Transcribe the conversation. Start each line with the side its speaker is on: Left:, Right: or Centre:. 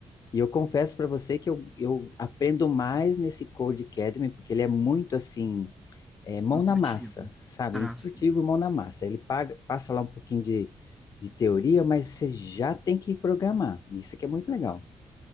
Left: E eu confesso pra você que eu, eu aprendo mais nesse Code Academy, porque ele é muito assim, é, mão
Centre: Instrutivo.
Left: na massa, sabe?
Centre: Ah,
Left: Instrutivo,
Centre: sim.
Left: mão na massa. Ele paga, passa lá um pouquinho de, de teoria, mas você já tem que programar. Isso que é muito legal.